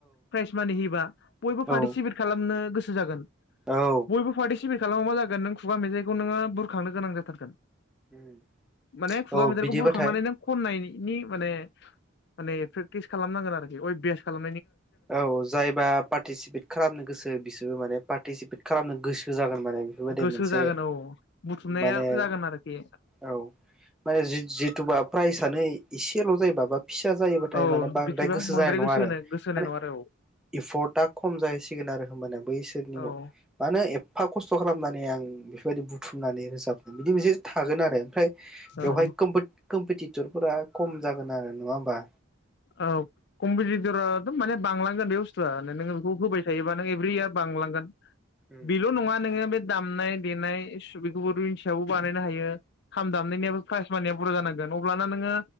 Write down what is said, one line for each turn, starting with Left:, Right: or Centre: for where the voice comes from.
Left: प्राइज मानि हैयोबा बयबो पार्टिसिपेट
Centre: औ
Left: खालामनो गोसो सो जागोन।
Centre: औ
Left: बयबो पारटिसि सिपेट खालामा मा जागोन नों खुगा मेजाइखौ नोङो बुरखांनो गोनां जाथारगोन।
Centre: उम
Left: माने खुगा
Centre: औ
Left: मेथाइखौ
Centre: बिदिबाथाय
Left: बुरखांनानै नों खननायनि माने, माने प्रेक्टिस खालामनांगोन आरोखि अयभास खालाम
Centre: औ जायबा पार्टिसिपेट खालामनो गोसो बिसोरबो माने पार्टिसिपेट खालामनो गोसो जागोन माने बेफोरबायदि
Left: गोसो
Centre: मोनसे
Left: जागोन औ बुथुमनाया
Centre: माने
Left: जागोन आरोखि
Centre: औ माने जिद-जिद थुबा प्राइजानो एसेल' जायोबा बा फिसा जायोबाथाय
Left: औ
Centre: माने बांद्राय
Left: बिदिबा
Centre: गोसो
Left: बांद्राय
Centre: जानाय नङा आरो।
Left: होनाय गोसो होनाय
Centre: माने
Left: नङा आरो
Centre: एफर्टआ खम जाहैसिगोन आरो होमबानो बैसोरनियाव
Left: औ औ
Centre: मानोे एफा खस थ' खालामनानै आं बेफोरबायदि बुथुमनानै रोजाबनो बिदि मोनसे थागोन आरो। फ्राय बेवहाय
Left: औ
Centre: कमफर्ट कम्पिटिटरफोरा खम जागोन आरो नङा होमबा?
Left: औ कम्पिटिटराथ' माने बांलांगोन बे बुस्थुआ नोङो बेखौ होबाय थायोबा नों एभ्रि इयार बांलांगोन।
Centre: उम
Left: बेल' नङा नोङो बे दामनाय देनाय <unintelligible> खौबोथ' हिसाबाव बानायनो हायो। खाम दामनायनियाबो प्राइस मानिया बुरजा जानां गोन अब्लाना नोङो